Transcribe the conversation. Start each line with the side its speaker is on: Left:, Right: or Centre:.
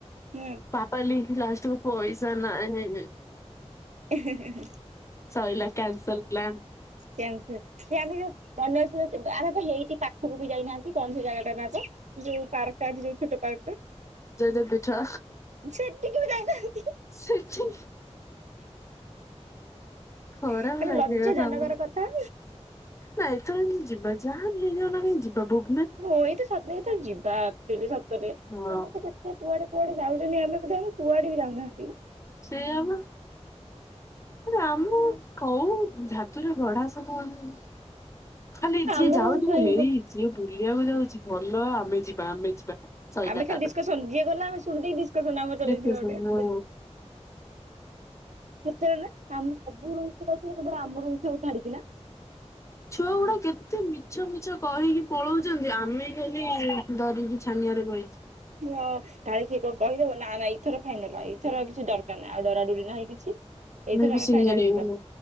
Right: ହୁଁ।
Left: <unintelligible> ଲାଷ୍ଟକୁ ପଇସା ନାହିଁ।
Right: ହେ ହେ।
Left: ସଇଲା କ୍ୟାନ୍ସଲ୍ ପ୍ଲାନ୍।
Right: କ୍ୟାନ୍ସଲ୍! ସେ ଆମେ ଯୋଉ ଅନ୍ୟ <unintelligible> ଆମେ ବା ଏଇଠି ପାଖକୁ ବି ଯାଇନାହାନ୍ତି କଣ ସେ ଜାଗାଟା ନା ତ ଯୋଉ ପାର୍କଟା ଅଛି ଯୋଉ ଛୋଟ ପାର୍କଟା
Left: ଜୟଦେବ ପୀଠ
Right: ସେଠି କି ବି ଜାଇଥାନ୍ତି।
Left: ସେ ଯୋଉ ଖରାପ
Right: ମାନେ
Left: ଲାଗିବ
Right: ଲଜ୍ଜା
Left: ଥାମ
Right: ଜନକର କଥା।
Left: ନା ଏଥର କିନ୍ତୁ ଯିବା ଯାହା ବି ହେଇଯାଉ ନା କାଇଁ ଯିବା ଭୁବ୍
Right: ହଁ ଏଇ ଥର ସତ କଥା ଯିବା ଆକଚୁଆଲି ସତରେ ସମସ୍ତେ
Left: ହଁ
Right: କେତ ସେ କୁଆଡେ କୁଆଡେ ଯାଉଚନ୍ତି ଆମେ ବୋଧେ ଆମେ କୁଆଡେ ବି ଯାଉନାହାନ୍ତି।
Left: ସେଇଆ ବା ଆରେ ଆମ କୋଉ ଧାତୁରେ ଗଢା ସବୁ ଆମେ ଖାଲି ଯିଏ
Right: ଆମ
Left: ଯାଉଥିବ
Right: ରୁମ ଛୁଆ ହିଁ
Left: ହେଇ ଯିଏ ବୁଲିବାକୁ ଯାଉଚି ଭଲ ଆମେ ଯିବା ଆମେ ଯିବା ସଇଲା
Right: ଆମେ
Left: ତାପରେ
Right: ଖାଲି ଡିସ୍କସନ୍ ଯିଏ ଗଲା ଆମେ ଶୁଣି ଦେଇ ଡିସ୍କସନ୍ ଆମର ଚଲେଇଥିବା
Left: ଡିସ୍କସନ୍
Right: ଗୋଟେ।
Left: ହଁ।
Right: ସେତେବେଳେ ନା ଆମ ସବୁ ରୁମ୍ ଛୁଆ ଯାଉଥିବେ କେବଳ ଆମ ରୁମ୍ ଛୁଆକୁ ଛାଡକିନା
Left: ଛୁଆଗୁଡା କେତେ ମିଛ ଫିଛ କହିକି ପଳଉଚନ୍ତି ଆମେ ଖାଲି ଅନା ଡରିକି ଛାନିଆରେ ବଇଚି
Right: ହଁ କାଳେ କିଏ କଣ କହିଦବ ନା ନାଇଁ ଏ ଥର ଫାଇନାଲ ଏଇଥର ଆଉ କିଛି ଦରକାର ନାହିଁ ଆଉ ଡରାଡରି ନାହିଁ କିଛି ଏଇଥର
Left: ବି
Right: ଆମେ
Left: ସିନିୟର
Right: ଫାଇନାଲ
Left: ହେଇଗଲୁ
Right: ଯିବା।